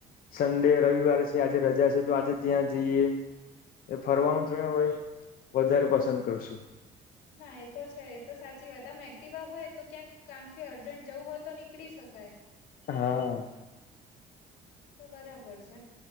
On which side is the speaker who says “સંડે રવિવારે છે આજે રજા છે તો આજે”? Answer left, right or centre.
Left